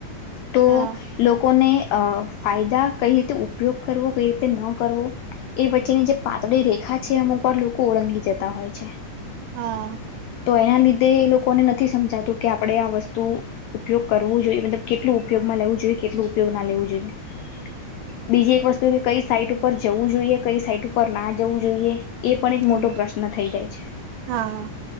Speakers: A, on the left; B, on the right.
A: તો
B: હા
A: લોકોને અફ ફાયદા કઈ રીતે ઉપયોગ કરવો કઈ રીતે ન કરવો એ વચ્ચેની જે પાતળી રેખા છે એ અમુકવાર લોકો ઓળંગી જતા હોય છે
B: હા
A: તો એના લીધે એ લોક કોને નથી સમજાતું કે આપણે આ વસ્તુ ઉપયોગ કરવું જોઈએ મતલબ કેટલો ઉપયોગમાં લેવું જોઈએ કેટલું ઉપયોગ ના લેવું જોઈએ બીજી એક વસ્તુ કે કઈ સાઈટ ઉપર જવું જોઈએ કઈ સાઈટ ઉપર ના જવું જોઈએ એ પણ એક
B: હા
A: મોટો પ્રશ્ન થઈ જાય છે
B: હા